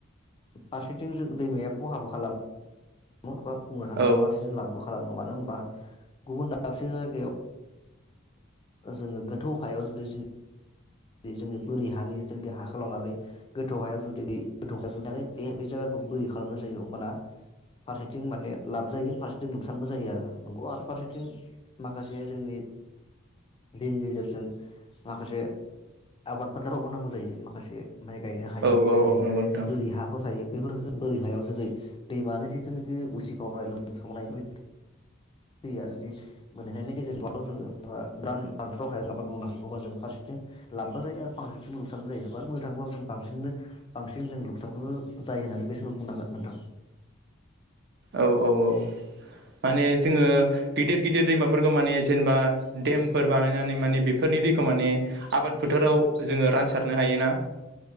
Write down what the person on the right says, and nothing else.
औ
औ औ
नंगौ नोंथां
औ औ औ माने जोङो गिदिर गिदिर दैमाफोरखौ माने जेनेबा देमफोर बानायनानै माने बेफोरनि दैखौ माने आबाद फोथार फोथाराव जोङो रानसारनो हायो ना